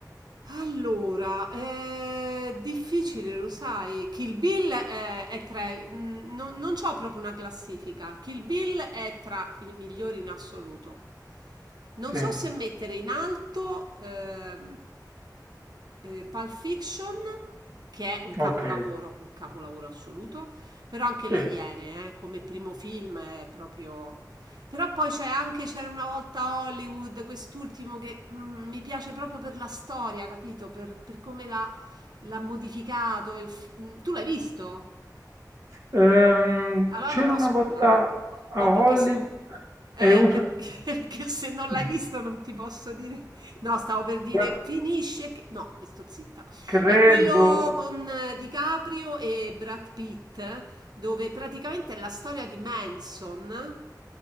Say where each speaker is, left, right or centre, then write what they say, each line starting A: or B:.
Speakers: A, on the right; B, on the right.
A: Allora, è difficile, lo sai. Kill Bill è, è tra... mm, Non, non c'ho proprio una classifica. Kill Bill è tra i migliori in assoluto. Non
B: sì,
A: so Sì. se Ok. mettere in alto ehm, eh, Pulp Fiction, che è un Ok. capolavoro,
B: ok,
A: un capolavoro assoluto, però anche Le
B: sì.
A: Mm. Iene, eh, come primo film, è proprio... Però poi c'è anche C'era una volta Hollywood, quest'ultimo che mm, mi piace proprio per la storia, capito? Per, per come l'ha, l'ha modificato. il fi- mm, tu l'hai visto?
B: Ehm,
A: Allora
B: c'era
A: non posso
B: una volta
A: parlare. No,
B: a Hollywood
A: perché se, eh,
B: e una...
A: per- <laughs> perché se non l'hai
B: <laughs>
A: visto non ti posso dire. No, stavo per dire
B: Guarda,
A: finisce che... No, sto zitta.
B: Credo...
A: È quello con eh, DiCaprio e Brad Pitt, dove praticamente è la storia di Manson.